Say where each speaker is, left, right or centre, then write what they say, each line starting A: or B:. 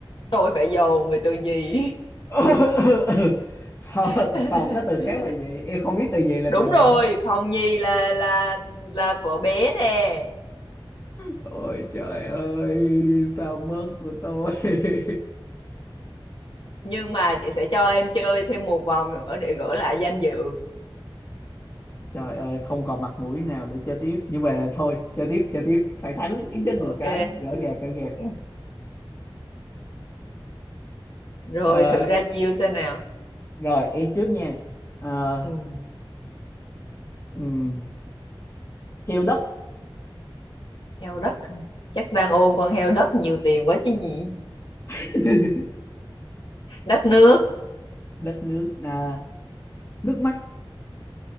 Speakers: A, on the left; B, on the left.
A: tôi phải dồn về từ nhì
B: <laughs> phòng,
A: <laughs>
B: phòng có từ khác mà gì? Em không biết từ gì là
A: đúng
B: từ nào.
A: rồi phòng nhì là là là vợ bé nè
B: Ôi trời ơi, sao mất của tôi. <laughs>
A: nhưng mà chị sẽ cho em chơi thêm một vòng nữa để gỡ lại danh dự
B: Trời ơi, không còn mặt mũi nào để chơi tiếp. Nhưng mà thôi, chơi tiếp, chơi tiếp. Phải thắng ít nhất
A: ok
B: một cái, gỡ gạc, gỡ gạc.
A: Ừ. rồi
B: Ờ,
A: thử ra chiêu xem nào
B: rồi, em trước nha. Ờ,
A: ừ.
B: ừm, heo đất,
A: heo đất hả? chắc đang ôm con heo đất nhiều tiền quá chứ gì
B: <laughs>
A: đất nước
B: đất nước, à, nước mắt,